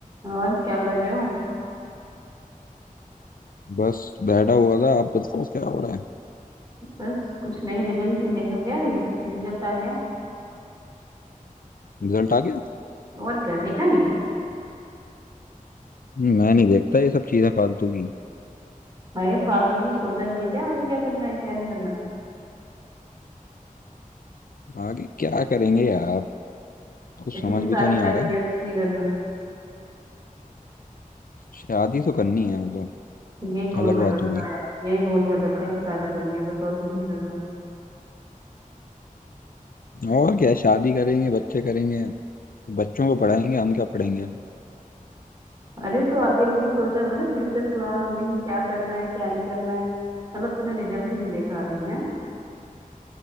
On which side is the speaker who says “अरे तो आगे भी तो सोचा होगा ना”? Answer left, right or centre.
Right